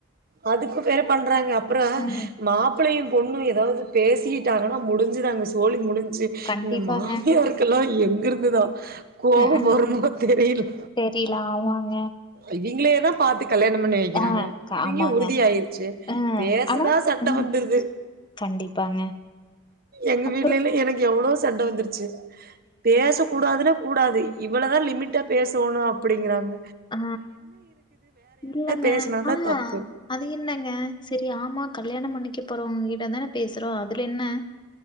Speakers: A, on the right; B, on the left.
A: அதுக்கு பே பண்றாங்க அப்புறம்
B: ம்
A: மா ப்பிளையு பொண்ணு எதாவது பேசிகிட்டாங்கன்னா முடிஞ்சுது அங்க சோழி முடிஞ் சு
B: கண்டிப்பாங்க
A: இந்த மாமியாருக்கெல்லா எங்கிருந்துதா கோவ
B: ம் ம்
A: வருமோ தெரில
B: தெரியல ஆமாங்க
A: இவிங்களேதா பாத்து கல்யாணம் பண்ணி வெக்கிறாங்க
B: ஆ க-
A: இவிங்க
B: ஆமாங்க
A: உறுதியாயிருச்சு
B: ஆ
A: பேசுனா
B: ஆனா
A: சண்ட
B: ம்
A: வந்துருது
B: கண்டிப்பாங்க
A: எங்க
B: அப்பற
A: வீட்லலா எனக்கு எவ்ளோ சண்ட வந்துருச்சு பேசக் கூடாதுன்னா கூடாது இவ்வளதா லிமிட்டா பே சோணு அப்டிங்கறாங்க
B: ஆ இல்லங்க
A: பேசுனாதா
B: ஆ
A: தப்பு
B: அது என்னங்க செரி ஆமா கல்யாணம் பண்ணிக்க போறவங்க கிட்ட தான பேசுறோ அதுலென்ன